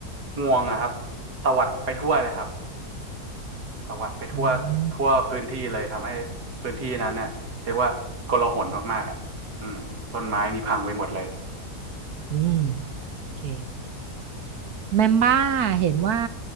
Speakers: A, on the right; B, on the right.
A: งวงอะครับตวัดไปทั่วเลยครับตวัดไปทั่วทั่วพื้นที่เลยทำให้
B: อืม
A: พื้นที่นั้นน่ะเรียกว่าโกลาหลมากๆอ่ะอืมต้นไม้นี่พังไปหมดเลย
B: อืมโอเค แมมบ้าเห็นว่า